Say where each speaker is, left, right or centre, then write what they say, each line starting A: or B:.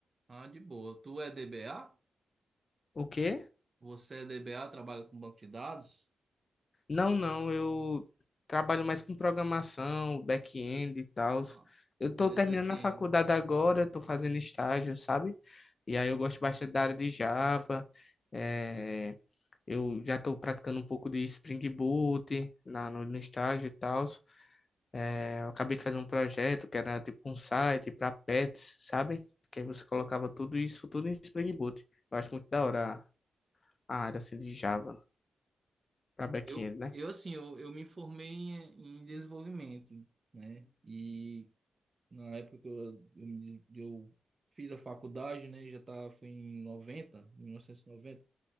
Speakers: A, on the right; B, on the left.
A: Ah, de boa. Tu é DBA?
B: O quê?
A: Você é DBA, trabalha com banco de dados?
B: Não, não, eu trabalho mais com programação, back-end e tal.
A: Ah,
B: Eu
A: mais
B: tô terminando
A: back-end,
B: a faculdade
A: né?
B: agora, tô fazendo estágio, sabe? E aí eu gosto bastante da área de Java, é... Eu já estou praticando um pouco de Spring Boot na, no, no estágio e tal. É, eu acabei de fazer um projeto que era tipo um site para pets, sabe? Que aí você colocava tudo isso, tudo em Spring Boot. Eu acho muito da hora a a área assim de Java para back-end,
A: Eu,
B: né?
A: eu assim, eu, eu me formei em, em desenvolvimento, né? E Na época que eu, eu, me- eu fiz a faculdade, né? Já tá, foi em 90, 1990.